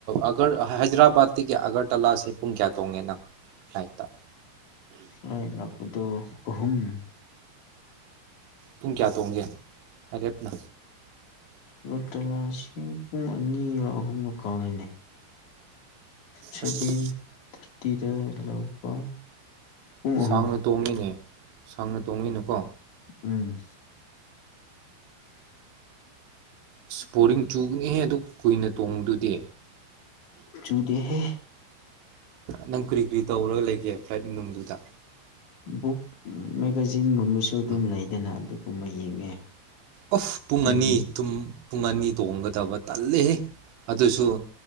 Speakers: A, on the right (about 90°); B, on the left (about 50°).
A: ꯑꯒ ꯍꯥꯏꯗ꯭ꯔꯕꯥꯠꯇꯒꯤ ꯑꯒꯔꯇꯂꯥꯁꯦ ꯄꯨꯡ ꯀꯌꯥ ꯇꯣꯡꯉꯦꯅꯣ ꯐ꯭ꯂꯥꯏꯠꯇ
B: ꯂꯗꯄꯗ ꯑꯍꯨꯝ ꯎ
A: ꯄꯨꯡ ꯀꯌꯥ ꯇꯣꯡꯒꯦ ꯔꯔꯦꯞꯅ
B: ꯕꯇꯂꯥ ꯑꯁꯤ ꯄꯨꯡ ꯑꯅꯤꯒꯣ ꯑꯍꯨꯝꯒ ꯀꯥꯎꯔꯤꯅꯤ ꯁꯕꯦꯟ
A: ꯑꯁ
B: ꯊꯔꯇꯤ ꯔ ꯂꯧꯕ ꯄꯨꯡ ꯑꯍꯨꯝ
A: ꯁꯥꯎꯅ ꯇꯣꯡꯉꯤꯅꯦ ꯁꯥꯡꯅ ꯇꯣꯡꯉꯤꯅꯀꯣ
B: ꯎꯝ
A: ꯏꯁꯄꯣꯔꯔꯤꯡ ꯆꯨꯒꯅꯤꯍꯦ ꯑꯗꯨ ꯀꯨꯏꯅ ꯇꯣꯡꯗꯨꯗꯤ
B: ꯆꯨꯗꯦꯍꯦ
A: ꯅꯪ ꯀꯔꯤ ꯀꯨꯔꯤ ꯇꯧꯔꯒ ꯂꯩ ꯐ꯭ꯂꯥꯏꯠ ꯅꯨꯡꯗꯨꯗ
B: ꯕꯨꯛ ꯃꯦꯒꯥꯖꯤꯟꯒꯨꯝꯕꯁꯨ ꯑꯗꯨꯝ
A: ꯎꯝ
B: ꯂꯩꯗꯅ ꯑꯗꯨꯒꯨꯝꯕ ꯌꯦꯡꯉꯦ
A: ꯑꯣꯐ ꯄꯨꯡ
B: ꯑꯗꯨꯝ
A: ꯑꯅꯤ ꯇꯨꯝ ꯄꯨꯡ ꯑꯅꯤ ꯇꯣꯡꯒꯗꯕ ꯇꯜꯂꯦꯍꯦ ꯑꯗꯨꯁꯨ